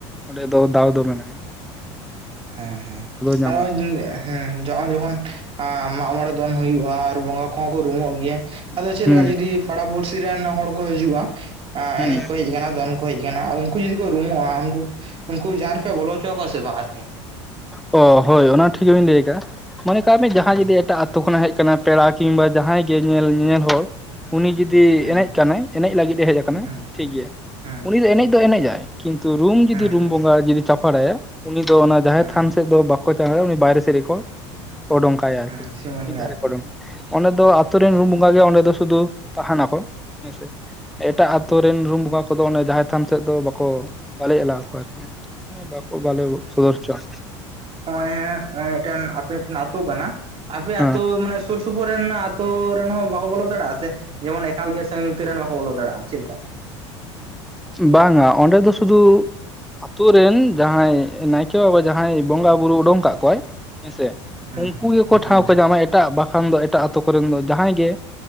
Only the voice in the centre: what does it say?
ᱚᱸᱰᱮ ᱫᱚ ᱫᱟᱣ ᱫᱚ ᱢᱮᱱᱟᱜ-ᱟ᱾
ᱧᱟᱢᱟ
ᱦᱩᱸ
ᱦᱩᱸ
ᱚ ᱦᱳᱭ ᱚᱱᱟ ᱴᱷᱤᱠ ᱜᱮᱵᱮᱱ ᱞᱟᱹᱭ ᱫᱟ ᱢᱚᱱᱮ ᱠᱟᱜ ᱢᱮ ᱡᱟᱦᱟᱸᱭ
ᱡᱩᱫᱤ ᱮᱴᱟᱜ ᱟᱛᱳ ᱠᱷᱚᱱᱟᱜ-ᱮ ᱦᱮᱡ ᱠᱟᱱᱟ᱾ ᱛᱚ ᱟᱨ ᱠᱤᱝᱵᱟ ᱡᱟᱦᱟᱸᱭ ᱜᱮ ᱧᱮᱞ ᱧᱮᱧᱮᱞ ᱦᱚᱲ ᱩᱱᱤ ᱡᱩᱫᱤ ᱡᱩᱫᱤ
ᱮᱸᱱᱮᱡᱽ ᱠᱟᱱᱟᱭ ᱮᱸᱱᱮᱡᱽ ᱞᱟᱹᱜᱤᱫ ᱮ ᱦᱮᱡ ᱟᱠᱟᱱᱟ
ᱴᱷᱤᱠ ᱜᱮᱭᱟ
ᱩᱱᱤ ᱫᱚ ᱮᱸᱱᱮᱡᱽ ᱫᱚᱭ ᱮᱸᱱᱮᱡᱟᱭ᱾ ᱠᱤᱱᱛᱩ ᱨᱩᱢ ᱡᱩᱫᱤ
ᱨᱩᱢ ᱵᱚᱸᱜᱟ ᱡᱩᱫᱤ ᱪᱟᱯᱟᱲᱟᱭᱟ ᱩᱱᱤ ᱫᱚ ᱚᱱᱟᱼᱼ
ᱛᱷᱟᱱ ᱥᱮᱫ ᱫᱚ ᱵᱟᱠᱚ ᱪᱟᱞᱟᱣ ᱩᱱᱤ ᱫᱚ ᱵᱟᱭᱨᱮ ᱥᱮᱫ ᱨᱮᱠᱚᱼᱼ ᱚᱰᱚᱝ ᱠᱟᱭᱟ ᱟᱨᱠᱤ
ᱢᱤᱫ ᱫᱷᱟᱨᱮ
ᱠᱚ ᱚᱰᱚᱝ ᱚᱸᱰᱮ ᱫᱚ ᱟᱛᱩ
ᱨᱮᱱ ᱨᱩᱢ
ᱵᱚᱸᱜᱟ ᱜᱮ ᱚᱸᱰᱮ ᱫᱚ ᱥᱩᱫᱩᱼᱼ ᱛᱟᱸᱦᱮᱱᱟᱠᱚ ᱦᱮᱸᱥᱮ᱾ ᱮᱴᱟᱜ ᱟᱛᱳ ᱨᱮᱱ ᱨᱩᱢ ᱵᱚᱸᱜᱟ ᱠᱚᱫᱚ ᱚᱱᱟ ᱡᱟᱦᱮᱨ ᱛᱷᱟᱱ ᱥᱮᱫ ᱫᱚ ᱵᱟᱠᱚ ᱵᱟᱞᱮ ᱮᱞᱟᱣ ᱟᱠᱚᱣᱟ ᱟᱨᱠᱤ᱾ ᱦᱮᱸ ᱵᱟᱠᱚ ᱵᱟᱞᱮ <unintelligible> ᱟ᱾
ᱦᱮᱸ
ᱵᱟᱝᱟ ᱚᱸᱰᱮ ᱫᱚ ᱥᱩᱫᱩ ᱟᱛᱳ ᱨᱮᱱ ᱡᱟᱦᱟᱸᱭ ᱱᱟᱭᱠᱮ ᱵᱟᱵᱟᱼᱼ ᱡᱟᱦᱟᱸᱭ ᱵᱚᱸᱜᱟ ᱵᱩᱨᱩ ᱚᱰᱚᱝ ᱠᱟᱜ ᱠᱚᱣᱟᱭ ᱦᱮᱸ ᱥᱮ
ᱩᱱᱠᱩ ᱜᱮᱠᱚ
ᱴᱷᱟᱶ
ᱠᱚ ᱧᱟᱢᱟ ᱮᱼᱼ ᱮᱴᱟᱜ ᱵᱟᱠᱷᱟᱱ ᱫᱚ ᱮᱴᱟᱜ ᱟᱛᱳ ᱠᱚᱨᱮᱱ ᱫᱚ ᱡᱟᱦᱟᱸᱭ ᱜᱮᱼᱼ